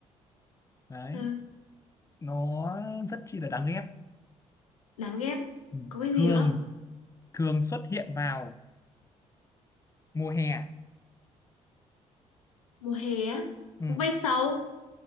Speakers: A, on the left; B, on the left.
A: đấy
B: à,
A: nó rất chi là đáng ghét
B: đáng ghét
A: ừ.
B: có cái gì
A: thường
B: nữa không?
A: thường xuất hiện vào mùa hè
B: mùa hè á
A: ừ.
B: vây sầu